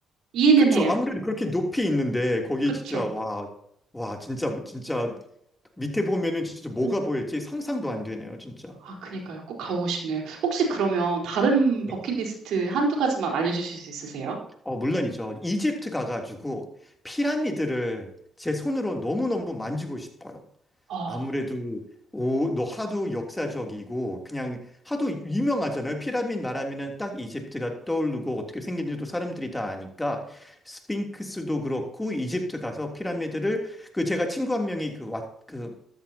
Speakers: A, on the right (about 75°); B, on the left (about 15°).
A: 이해는
B: 그쵸.
A: 해요.
B: 아무래도 그렇게 높이 있는데, 거기
A: 그쵸.
B: 진짜, 와, 와, 진짜, 진짜, 밑에 보면은 진짜 뭐가
A: 네.
B: 보일지 상상도 안 되네요, 진짜.
A: 아, 그니까요. 꼭 가보고 싶네요. 혹시 그러면 다른
B: 네.
A: 버킷리스트 한두 가지만 알려주실 수 있으세요?
B: 어, 물론이죠. 이집트 가가지고 피라미드를 제 손으로 너무너무 만지고 싶어요.
A: 아,
B: 아무래도 오, 너 하도 역사적이고 그냥 하도 유명하잖아요. 피라미드 말하면은 딱 이집트가 떠오르고 어떻게 생긴지도 사람들이 다 아니까 스핑크스도 그렇고 이집트 가서 피라미드를 그 제가 친구 한 명이 그왔그